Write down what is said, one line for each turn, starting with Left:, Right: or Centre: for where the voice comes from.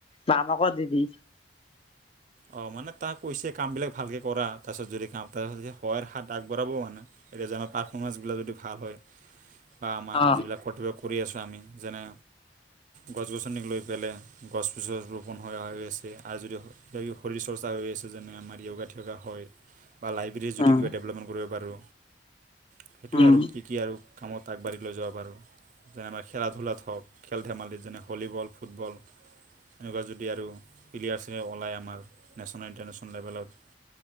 Left: <unintelligible> দিবি।
Right: অ মানে তাক কৈছে কামবিলাক ভালকে কৰা তাৰপিছত যদি কাম তাৰপিছত সহায়ৰ হাত আগবঢ়াব মানে। এতিয়া যে আমাৰ পাৰফৰ্মেঞ্চবিলাক যদি ভাল হয়, বা আমাৰ
Left: অ
Right: যিবিলাক কৰ্তব্য কৰি আছোঁ আমি যেনে, গছ গছনিক লৈ পেলাই গছ <unintelligible> ৰোপণ হৈ <unintelligible> আছে আৰু যদি কিবা কিবি শৰীৰ চৰ্চা হৈ আছে, যেনে আমাৰ য়োগা থিয়গা হয়। বা লাইব্ৰেৰী যদি
Left: উম
Right: কিবা ডেভলপমেণ্ট কৰিব পাৰোঁ। সেইটোৱে
Left: উম
Right: আৰু কি কি আৰু কামত আগবাঢ়ি লৈ যাব পাৰোঁ। যেনেবা খেলা ধূলাত হওক। খেল ধেমালি যেনে হলীবল, ফুটবল। এনেকুৱা যদি আৰু প্লিয়া আছে অলায় আমাৰ নেচনেল ইণ্টাৰনেচনেল লেভেলত